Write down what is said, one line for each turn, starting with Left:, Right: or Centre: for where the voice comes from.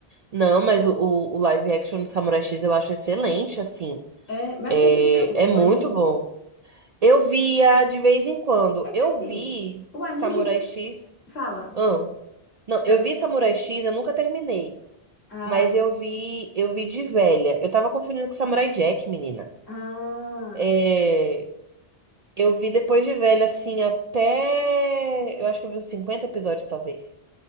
Right: Não, mas o, o, o live action de Samurai X eu acho excelente, assim.
Left: É, mas
Right: É,
Left: você via o
Right: é muito
Left: o anime?
Right: bom. Eu via de vez em quando.
Left: É que
Right: Eu
Left: assim,
Right: vi
Left: o anime
Right: Samurai X.
Left: fala.
Right: Ahn. não,
Left: Então,
Right: eu vi Samurai X, eu nunca terminei.
Left: Ah,
Right: Mas eu vi, eu vi de velha. Eu tava confundindo com Samurai Jack, menina.
Left: ah,
Right: É, eu vi depois de velha, assim, até. Eu acho que eu vi uns cinquenta episódios, talvez.